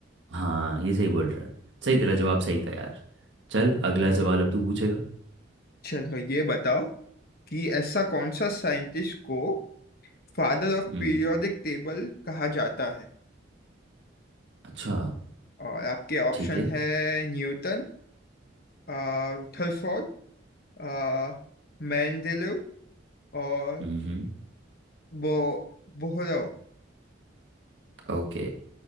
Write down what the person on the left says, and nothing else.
अरे।
चलो ये बताओ कि ऐसा कौन सा साइंटिस्ट को फादर ऑफ
पीरियोडिक टेबल कहा जाता है
और आपके ऑप्शन
है न्यूटन आ, रदरफोर्ड आ, मेंडेलीव और
बो बोहरोव